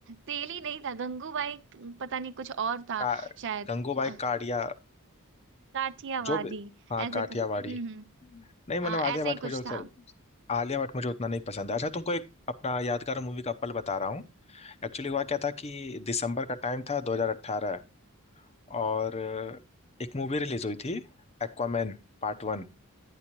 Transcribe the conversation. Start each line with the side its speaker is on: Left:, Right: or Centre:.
Right: तेली नहीं था गंगूबाई पता नहीं कुछ और था
Left: का,
Right: शायद
Left: गंगूबाई
Right: अ,
Left: काड़िया
Right: काठियावाड़ी
Left: जो भी हाँ
Right: ऐसे
Left: काठियावाड़ी
Right: क- हम्म हम्म
Left: नहीं मतलब
Right: हाँ
Left: आलिया
Right: ऐसे
Left: भट्ट
Right: ही
Left: मुझे
Right: कुछ
Left: उतना
Right: था
Left: आलिया भट्ट मुझे उतना नहीं पसंद है अच्छा तुमको एक अपना यादगार मूवी का पल बता रहा हूँ एक्चुअली हुआ क्या था कि दिसंबर का टाइम था 2018 और एक मूवी रिलीज हुई थी एक्वामैन पार्ट वन